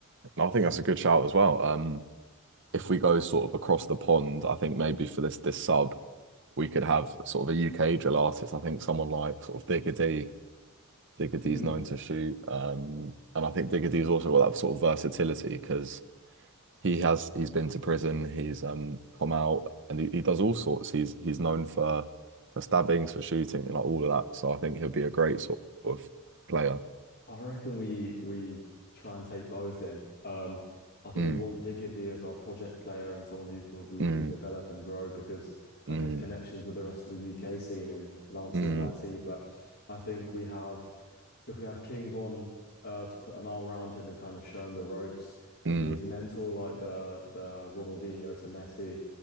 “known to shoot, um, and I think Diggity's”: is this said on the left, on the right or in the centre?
Right